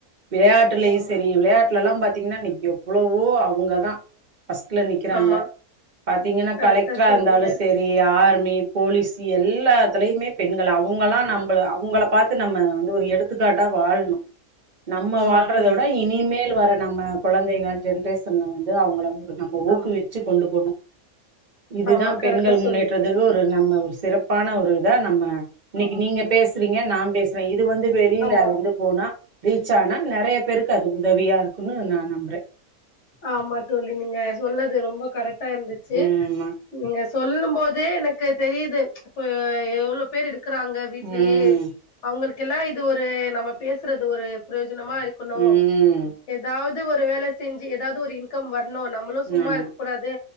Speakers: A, on the right; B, on the left.
A: விளயாட்டுலயும்
B: ஆமா
A: சரி விளயாட்லல்லா பாத்தீங்கன்னா இன்னு எவ்ளவோ அவங்கதா ஃபர்ஸ்ட்ல நிக்கிறாங்க
B: ஆமா
A: பாத்தீங்கன்னா
B: கரெக்டா
A: கலெக்டரா
B: சொன்னீங்க
A: இருந்தாலு செர் ரி ஆர்மி போலீஸ் எல்லாத்துலயுமே பெண்கள் அவங்கல்லா நம்பள அவங்கள பாத் து நம்ம வந்து ஒரு எடுத்துக்காட்டா வாழ்ணு நம்ம
B: ஆமா
A: வாழ்றத
B: தோழி
A: விட இனிமேல் வர நம்ம கொழந்தைங்க ஜென்ரேஷன்ல வந்து அவங்கள நம்ம ஊக்குவிச்சு
B: ஆமா
A: கொண்டு போணும் இதுதா
B: ஆமா
A: பெண்கள்
B: கரெக்டா
A: முன்னேற்றத்துக்கு
B: சொன்னீங்க
A: நம்ம ஒரு சிறப்பான ஒரு இதா நம்ம இன்னைக்கு
B: ஆமா
A: நீங்க பேசுறீங்க நா பேசுற இது வந்து வெளியில
B: ஆமா
A: வந்து போனா ரீச் ஆனா நெறைய பேருக்கு அது உதவியா இருக்குன்னு நா நம்புற
B: ஆமா தோழி நீங்க சொல்லது ரொம்ப கரெக்ட் டா இருந்துச்சு
A: ஆமா
B: நீங்க சொல்லும் போதே எனக்கு தெரியுது இப்ப எவ்ளோ பேர் இருக்கறாங்க வீட்லயே
A: ம்
B: அவங்களுக்கெல்லா இது ஒரு நம்ம பேசுறது ஒரு பிரயோஜனமா இருக்கணு
A: ம்
B: எதாவ்து ஒரு வேல செஞ்சு எதாவ்து ஒரு இன்கம் வர்னோ நம்மளும் சும்மா
A: ஆமா
B: கூடாது